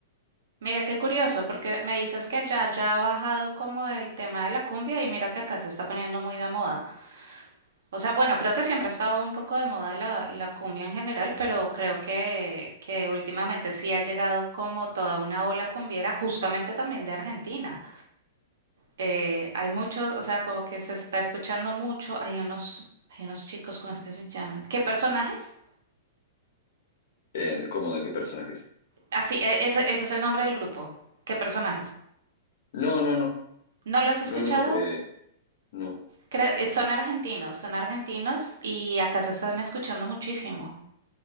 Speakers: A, on the right (about 75°); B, on the left (about 55°).
A: Mira qué curioso, porque me dices que allá ya ha bajado como el tema de la cumbia y mira que acá se está poniendo muy de moda. O sea, bueno, creo que siempre ha estado un poco de moda la, la cumbia en general, pero creo que, que últimamente sí ha llegado como toda una ola cumbiera, justamente también de Argentina. Eh, hay muchos, o sea, como que se está escuchando mucho, hay unos, hay unos chicos, ¿cómo es que se llaman? ¿Qué personajes?
B: Eh, ¿cómo de qué personajes?
A: Así, ese, ese es el nombre del grupo. ¿Qué personajes?
B: No, no, no,
A: ¿No lo has escuchado?
B: no, no, eh, no.
A: Creo- eh, son argentinos, son argentinos y acá se están escuchando muchísimo.